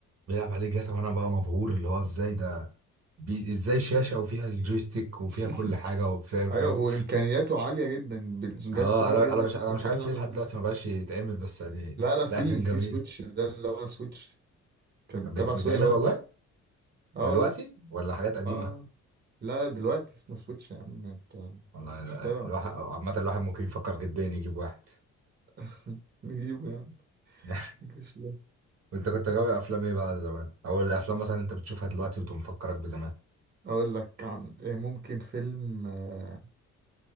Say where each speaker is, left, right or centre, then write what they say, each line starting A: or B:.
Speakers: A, on the right; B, on the right.
A: بيلعب عليه جاتا وانا بقى مبهور اللي هو ازاي ده بي ازاي شاشه وفيها الجويستيك وفيها
B: <laughs>
A: كل حاجه وبتاع فاهم
B: ايوه وامكانياته عالية جدا بالجهاز
A: اه
B: صغير
A: انا
B: جدا
A: انا مش انا
B: بس امكانياته
A: مش عارف
B: عاملة
A: ليه لحد
B: ازاي
A: دلوقتي ما بقاش يتعمل بس يعني
B: لا لا في
A: لا كان
B: في
A: جميل
B: سويتش ده اللي هو سويتش كان
A: كان بيت-
B: تبع
A: بيتعمل
B: سوني برضه
A: والله
B: اه
A: دلوقتي
B: والله
A: ولا
B: اه
A: حاجات قديمه
B: آه. آه. لا دلوقتي اسمه سويتش يا عم انت
A: والله
B: مش متابع
A: الواحد
B: ولا
A: عامه الواحد ممكن يفكر جدا يجيب واحد
B: إيه؟ <laughs> نجيبه يا عم
A: <laughs>
B: مش
A: انت كنت غاوي افلام ايه بقى زمان او الافلام مثلا انت بتشوفها دلوقتي
B: ليه
A: وتقوم مفكرك بزمان
B: اقول لك عن إيه، ممكن فيلم آه،